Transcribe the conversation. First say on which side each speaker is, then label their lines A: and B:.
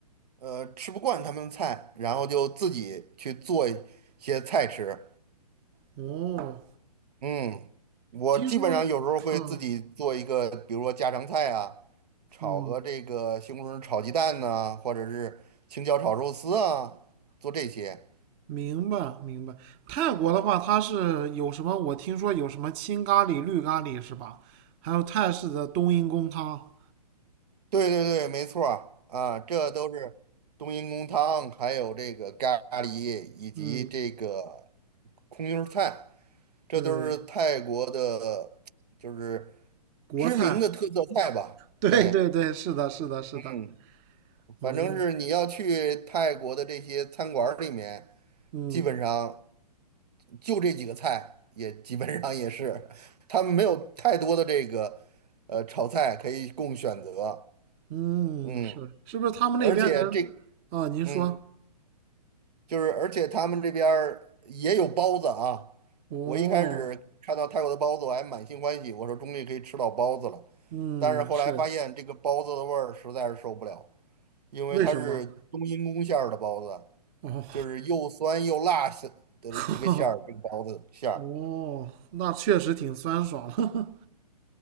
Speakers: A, on the right; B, on the right.
A: 呃，吃不惯他们的菜，然后就自己去做一些菜吃。
B: 哦，
A: 嗯，我基本上有时候会自己做一个，
B: 听说，嗯。
A: 比如说家常菜啊，炒个这个西红柿炒鸡蛋呐、
B: 嗯，
A: 或者是青椒炒肉丝啊，做这些。
B: 明白明白。泰国的话，它是有什么？我听说有什么青咖喱、绿咖喱是吧？还有泰式的冬阴功汤。
A: 对对对，没错儿啊，这都是冬阴功汤，还有这个咖喱以及这个
B: 嗯，
A: 空心儿菜。这都是泰国的，
B: 对，
A: 就是
B: 国菜。
A: 知名的特色菜吧？
B: 对对对，
A: 对，
B: 是的，是的，是的。
A: 嗯，
B: 哦，
A: 反正是你要去泰国的这些餐馆儿里面，
B: 嗯
A: 基本上就这几个菜，也基本上也是，他们没有太多的这个呃炒菜可以供选择。
B: 嗯，
A: 嗯，
B: 是是不是他们那边人
A: 而且这，
B: 啊？您说
A: 嗯。就是而且他们这边儿也有包子啊。
B: 哦，
A: 我一开始看到泰国的包子，我还满心欢喜，我说终于可以吃到包子了。
B: 嗯，
A: 但是后来发现这个包子的味儿实在是受不了，
B: 是
A: 因为它是冬阴功馅儿的包子，
B: 为什么？哦
A: 就是又酸又辣是的这个馅儿，
B: <laughs>
A: 这个包子馅儿。
B: 哦，那确实挺酸爽的。